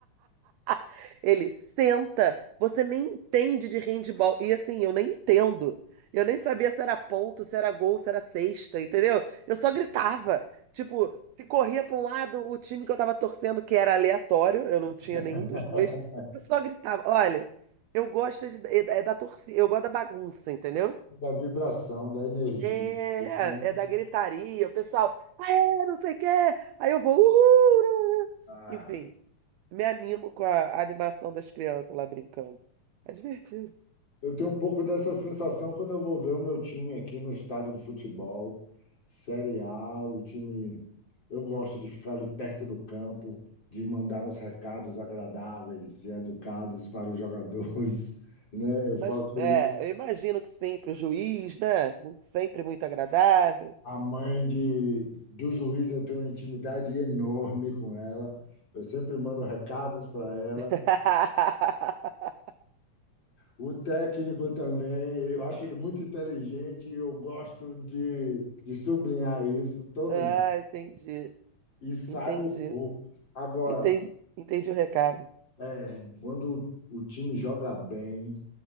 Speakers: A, on the right; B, on the left.
A: <laughs> Ele senta, você nem entende de handball. E assim, eu nem entendo. Eu nem sabia se era ponto, se era gol, se era cesta, entendeu? Eu só gritava. Tipo, se corria para um lado, o time que eu tava torcendo, que era aleatório, eu não tinha
B: <laughs>
A: nenhum dos dois, eu só gritava. Olha, eu gosto é de- é é da torcida, eu gosto da bagunça, entendeu?
B: da vibração, da energia.
A: É,
B: Isso é muito-
A: é da gritaria, o pessoal, é, não sei o quê. Aí eu vou, uhul!
B: Ah,
A: Enfim, me animo com a animação das crianças lá brincando. É divertido.
B: Eu tenho um pouco dessa sensação quando eu vou ver o meu time aqui no estádio de futebol, Série A, o time. Eu gosto de ficar ali perto do campo, de mandar uns recados agradáveis e educados para os jogadores, <laughs> né? Eu faço
A: Mas é,
B: ali.
A: eu imagino que sempre o juiz, né? Muito, sempre muito agradável.
B: A mãe de, do juiz, eu tenho uma intimidade enorme com ela. Eu sempre mando recados para ela.
A: <laughs>
B: O técnico também, eu acho ele muito inteligente e eu gosto de, de sublinhar isso todo
A: Ah, entendi.
B: e saio
A: Entendi.
B: pouco. Agora,
A: Entendi, entendi o recado.
B: é, quando o time joga bem,